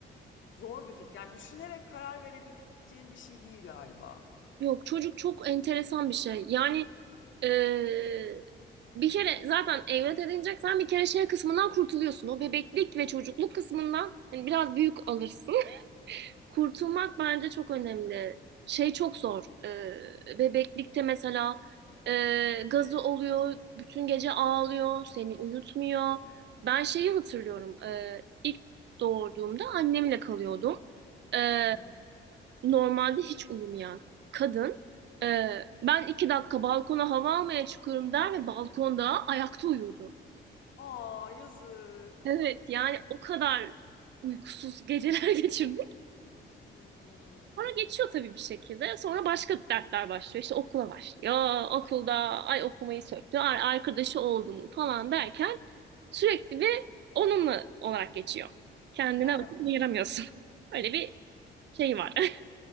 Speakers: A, on the left; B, on the right.
A: zor bir fikir. Yani düşünerek karar verebileceğin bir şey değil galiba.
B: Yok çocuk çok enteresan bir şey. Yani eee, bir kere zaten evlat edineceksen bir kere şey kısmından kurtuluyorsun. O bebeklik ve çocukluk kısmından hani biraz büyük alırsın. Kurtulmak bence çok önemli. Şey çok zor. Ee, bebeklikte mesela e, gazı oluyor, bütün gece ağlıyor, seni uyutmuyor. Ben şeyi hatırlıyorum. Ee, ilk doğurduğumda annemle kalıyordum. Ee,
A: Hı hı.
B: normalde hiç uyumayan kadın. e, ben iki dakika balkona hava almaya çıkıyorum der ve balkonda ayakta uyurdu.
A: Aa yazık.
B: Evet, yani o kadar uykusuz geceler <laughs> geçirdim.
A: Hmm,
B: Sonra geçiyor tabii bir şekilde. Sonra başka dertler başlıyor. İşte okula başlıyor. Okulda ay okumayı söktü. Ay arkadaşı oldu mu falan derken sürekli bir onunla olarak geçiyor. Kendine
A: Evet.
B: vakit ayıramıyorsun. <laughs> Öyle bir şey var. <laughs>